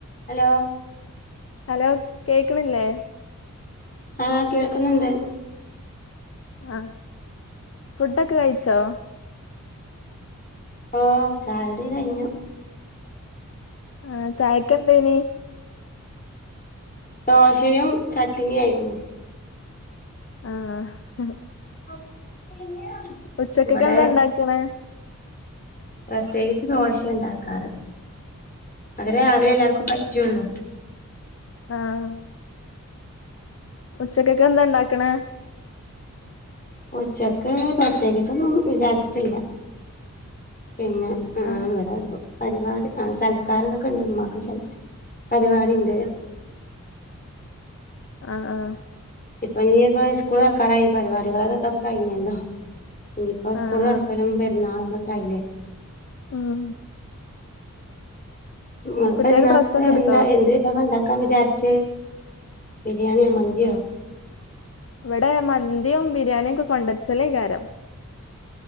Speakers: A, on the left; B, on the left.
A: Hello
B: hello കേക്ക്ണില്ലേ
A: ആഹ് കേൾക്കുന്നുണ്ട്
B: ആഹ് ഫുഡൊക്കെ കഴിച്ചോ
A: ഓഹ് ചായോടി കയിഞ്ഞു
B: ആഹ് ചായക്കെന്തേനി
A: ദോശയും ചട്ട്നിയായിരുന്നു
B: ആഹ്.
A: <inaudible>
B: ഉച്ചക്കക്കെന്താ
A: ഇവിടെ
B: ണ്ടാക്ക്ണെ?
A: പ്രത്യേകിച്ച് ദോശേ ണ്ടാക്കാറ്. അത് രാവിലെ എല്ലാർക്കും പറ്റുള്ളു.
B: ആഹ് ഉച്ചക്കെക്കെന്താ ണ്ടാക്കണെ?
A: ഉച്ചക്ക് പ്രത്യേകിച്ചൊന്നും വിചാരിച്ചിട്ടില്ല. പിന്നെ
B: ആഹ്
A: ന്താ ഏഹ് പ പരിപാടി ആഹ് സൽക്കാരന്നൊക്കെ ണ്ട്. ഇമ്മാക്ക് പരിപാടിണ്ട്.
B: ആഹ് ആഹ്
A: ഇപ്പഞ്ഞിപ്പൊ ഇ സ്കൂൾ തൊറക്കാനായി. പരിപാടികളെ ഇതൊക്കെ കഴിഞ്ഞല്ലോ. ഇഞ്ഞിപ്പോ സ്കൂള്
B: ആ
A: തൊറക്കലും
B: ആ
A: പെരുന്നാളും തൊക്കെ ആയില്ലേ.
B: ആഹ്
A: മ
B: കുട്ടികൾക്ക്
A: പെരുന്നാക്ക്
B: ഡ്രസ്സൊക്കെ എടുത്തോ
A: എന്താ എന്ത് വിഭവ ണ്ടാക്കാൻ വിചാരിച്ചേ. ബിരിയാണിയോ മന്ത്യോ.
B: വടെ മന്തിം ബിരിയാണിയൊക്കെ കൊണ്ടരിച്ചലേക്കാരം.